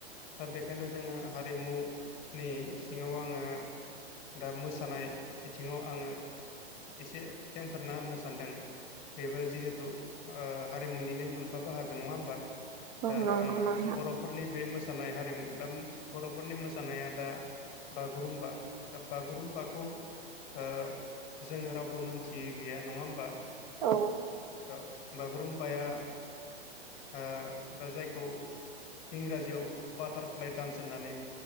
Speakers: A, on the left; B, on the right.
A: दा बेखायनो जोङो हारिमुनि सिङाव आङो दा मोसा सानाय बिथिङाव आङो एसे खेंफोरना होनो सानदों बेबो जिहेथु हारिमुनिनो मोनफा बाहागो नङा होमबा
B: औ
A: दा
B: नंगौ
A: आङो
B: नोंथां।
A: बर'फोरनि बे मोसानाय हारिमु दा बर'फोरनि मोसानाया दा बागुरुम्बा दा बागुरुम्बा खौ ओ जोङो रावबो मोनथियै गैया नङा होमबा
B: औ
A: औ बागुरुमबाया ओ दा जायखौ इंराजियाव बाटारफ्लाइ डान्स होननानै